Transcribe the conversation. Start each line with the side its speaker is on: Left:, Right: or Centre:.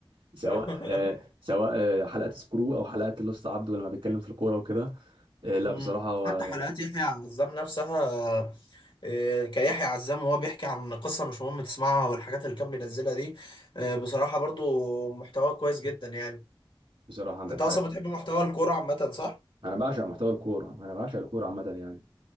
Right: سواء
Left: <laughs>
Right: آه سواء آه حلقه سكرو او حلقه لوست عبد لما بيتكلم في الكوره وكده آه، لا
Left: مم.
Right: بصراحة هو
Left: حتى حلقات يحيى عزام نفسها آه، كيحيى عزام وهو بيحكي عن قصة مش مهم تسمعها والحاجات اللي كان بينزلها دي آه، بصراحة برضو محتوى كويس جدا يعني
Right: بصراحة عندك
Left: انت
Right: حق
Left: اصلا بتحب محتوى الكورة عامة صح؟
Right: أنا بعشق محتوى الكورة أنا بعشق الكورة عامة يعني